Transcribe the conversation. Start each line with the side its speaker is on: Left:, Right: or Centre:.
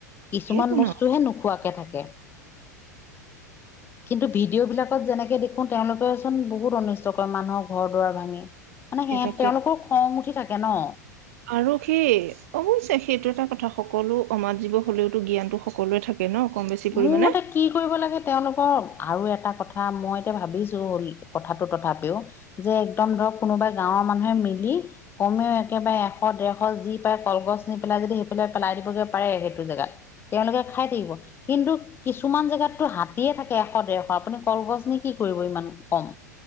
Left: কিছুমান
Right: সেইটো
Left: বস্তুহে
Right: ন,
Left: নোখোৱাকে থাকে। কিন্তু ভিডিঅ' বিলাকত যেনেকে দেখো তেওঁলোকেচোন বহুত অনু <unintelligible> মানুহৰ ঘৰ দুৱাৰ ভাঙি মানে
Right: সেই
Left: সেহাত
Right: তাকে
Left: তেওঁলোকৰ খং উঠি থাকে ন।
Right: আৰু সেই অৱয়ছে সেইটো এটা কথা সকলো অমাত জীৱ হলেও তো জ্ঞানতটো সকলোৱে থাকে। ন কম বেছি পৰিমাণে
Left: মোৰ মতে কি কৰিব লাগে তেওঁলোকৰ আৰু এটা কথা মই এতিয়া ভাবিছো হল কথাটো তথাপিও যে একদম ধৰক কোনোবাই গাঁৱৰ মানুহে মিলি কমেও একেবাৰে এশ ডৰশ যি পায় কলগছ নি পেলাই যদি সেই পেলাই পেলাই দিবগে পাৰে সেইটো জেগাত তেওঁলোকে খাই থাকিব। কিন্তু কিছুমান জেগাততো হাতীয়ে থাকে এশ ডৰশ আপুনি কলগছ নি কি কৰিব ইমান কম।